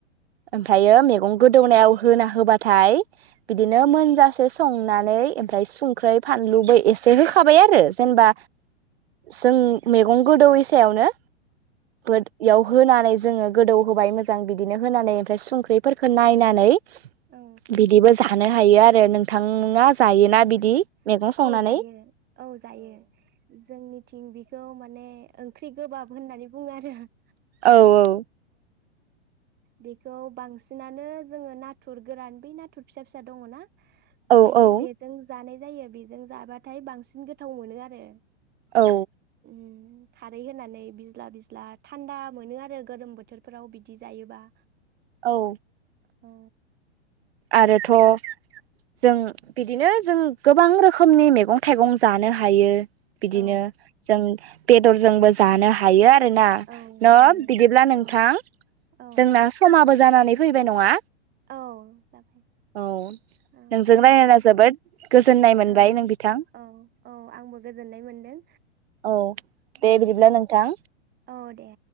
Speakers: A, on the right; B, on the right.
A: ओमफ्रायो मेगं गोदौनायाव होना होबाथाय बिदिनो मोन जास एसे संनानै ओमफ्राय सुंख्रै फानलुबो एसे होखा थाबाय आरो जेनबा जों मेगं गोदौैयि सायावनो इयाव होनानै जोङो गोदौ होबाय मोजां बिदिनो होनानै ओमफ्राय संख्रिफोरखौ नायनानै
B: ओ
A: बिदि बो जा थानो हायो आरो नोंथाङा जायोना
B: औ
A: बिदि मेगं संनानै
B: औ जायो औ जायो जोंनिथिं बिखौ माने ओंख्रि गोबाब होननानै बुङो आरो। जाहा
A: औ औ
B: बेखौ बांसिनानो जोङो नाथुर गोरान बै नाथुर फिसा फिसा दङना
A: औ
B: बेगे
A: औ
B: बे जानाय जायो बेजों जाबाथाय बांसिन गोथाव मोनो आरो।
A: औ
B: उम खारै होनानै बिज्ला बिज्ला थान्दा मोनो आरो गोरोम बोथोरफोराव बिदि जायोबा
A: औ
B: औ
A: आरोथ' जों बिदिनो जों गोबां रोखोमनि मेगं थाइगं जानो हायो। बिदिनो
B: औ
A: जों बेदरजोंबो जानो हायो आ रोना
B: औ
A: न
B: हायो
A: बिदिब्ला नोंथां
B: औ औ
A: जोंना समाबो जानानै फै फैबाय नङा
B: औ जाबाय
A: औ
B: औ
A: नोंजों रायज्लायना
B: नोंथांजों
A: जोबोद गोजोननाय मोनबाय
B: ओं
A: नों बिथां
B: औ औ आंबो गोजोननाय मोनदों
A: औ दे
B: ओ
A: बिदिब्ला नोंथां
B: औ दे